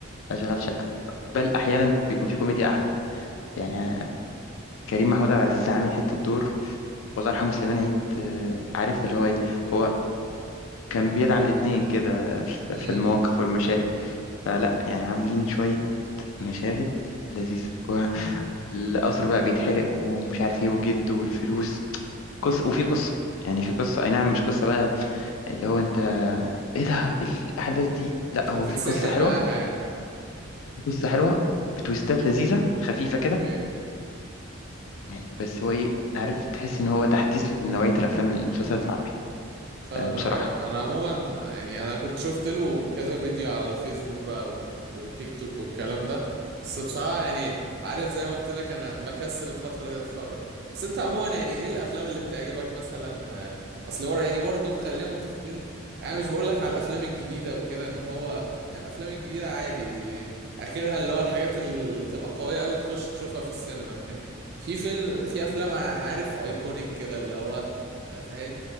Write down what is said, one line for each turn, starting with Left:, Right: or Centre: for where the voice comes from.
Left: أشغال شقة بل أحيانا بيكون في كوميديا أعلى يعني آه، كريم محمود عبد
Right: اوكي
Left: العزيز عامل حتة دور والله يرحمه سليمان عيد آه، عارف اللي هو إيه
Right: الله
Left: هو
Right: يرحمه
Left: كان بيدعم الاتنين كده في
Right: امم
Left: في المواقف والمشاهد فلا يعني عاملين شوية مشاهد لذيذة والقصر بقى بيتحرق ومش عارف ايه وجد والفلوس قصة وفي قصة يعني في قصة أي نعم مش قصة بقى اللي هو انت ايه ده ايه الاحداث دي لا
Right: مش
Left: هو
Right: هتتسحل
Left: في قصه حلوه
Right: معاها يعني
Left: في قصه حلوه بتويستات لذيذه خفيفه كده
Right: اوكي
Left: يعني بس هو ايه عارف تحس ان هو تحديث لنوعيه الافلام المسلسلات العربي
Right: فاهمك
Left: آه، بصراحه
Right: أيوة. انا عموما يعني انا كنت شفت له كذا فيديو على الفيسبوك بقى و... وتيك توك والكلام ده بس بصراحة يعني عارف زي ما قلت لك انا بكسل الفترة دي اتفرج بس انت عموما يعني ايه الافلام اللي بتعجبك مثلا آه، اصل ورا يعني برضه خلينا متفقين يعني أنا مش بقول لك على الافلام الجديدة وكده ان هو يعني الافلام الجديدة عادي اخرها اللي هو الحاجات اللي تبقى قوية قوي تخش تشوفها في السينما لكن في فيلم في افلام ع- عارف ايكونيك كده اللي هو فاهم